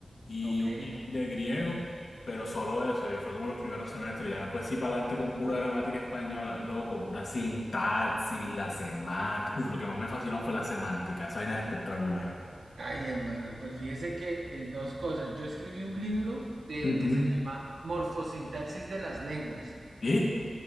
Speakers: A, on the left; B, on the right.
A: y
B: Ok.
A: un nivel de griego, pero solo eso, y fue como los primeros semestres, ya después sí para adelante con pura gramática española, loco, pura sintaxis, la semántica, Uf, lo que más me fascinó fue la semántica, esa vaina es espectacular.
B: Ay, hermano, pues fíjese que eh, dos cosas. Yo escribí un libro de,
A: Ujú.
B: que se llama Morfosintaxis de las Lenguas.
A: ¿Y?